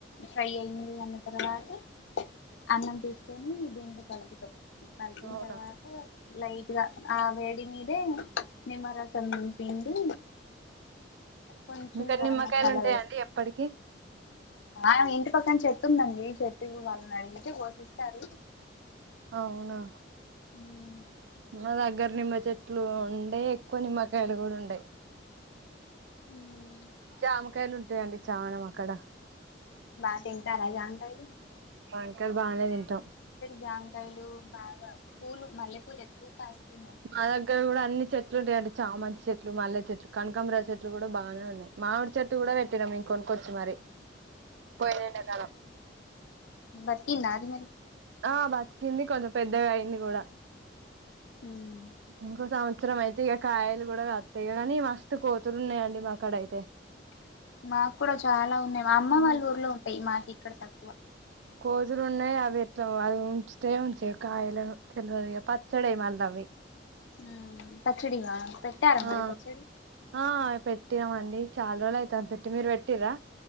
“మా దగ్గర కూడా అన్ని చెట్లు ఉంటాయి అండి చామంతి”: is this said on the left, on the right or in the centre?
Right